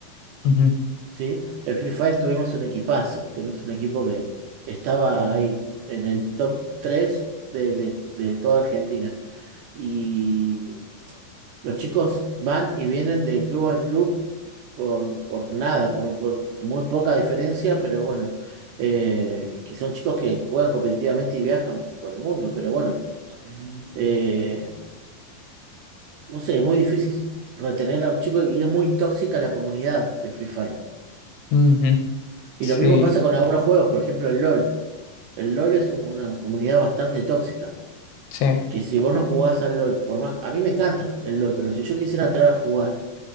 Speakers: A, on the left (about 80°); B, on the right (about 75°).
A: Ujú,
B: ¿sí? El Free Fire tuvimos un equipazo, tuvimos un equipo que estaba ahí en el top 3 de, de de toda Argentina. Y Los chicos van y vienen de club a club por, por nada, por, por muy poca diferencia, pero bueno, eh, que son chicos que juegan competitivamente y viajan por el mundo, pero bueno, eh, no sé, es muy difícil retener a un chico y es muy tóxica la comunidad de Free Fire.
A: ujú.
B: Y
A: Sí,
B: lo mismo pasa con algunos juegos, por ejemplo el LOL. El LOL es una comunidad bastante tóxica,
A: sí,
B: que si vos no jugás al LOL, por más, a mí me encanta el LOL, pero si yo quisiera entrar a jugar,